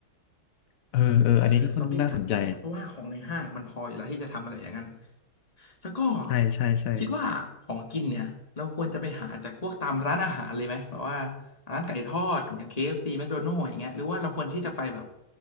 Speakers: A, on the left; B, on the left.
A: เออเอออันนี้ก็ค่อนข้างน่าสนใจ
B: เออซอมบี้กัดอะไรเงี้ยเพราะว่าของในห้างมันพออยู่แล้วที่จะทำอะไรอย่างนั้น แล้วก็
A: ใช่ใช่ใช่
B: คิดว่าของกินเนี่ยเราควรจะไปหาจากพวกตามร้านอาหารเลยไหมแบบว่าร้านไก่ทอดอย่าง KFC McDonald's อฟซีแมคโดนัลด์อย่างเงี้ยหรือว่าเราควรที่จะไปแบบ